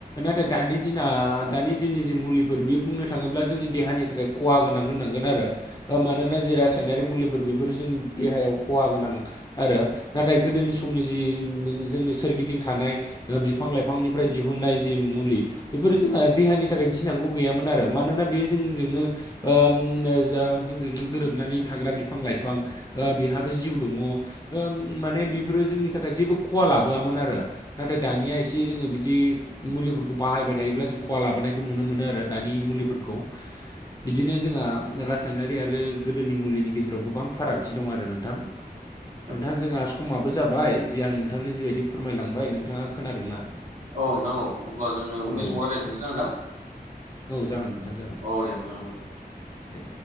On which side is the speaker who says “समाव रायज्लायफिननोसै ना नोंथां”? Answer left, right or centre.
Right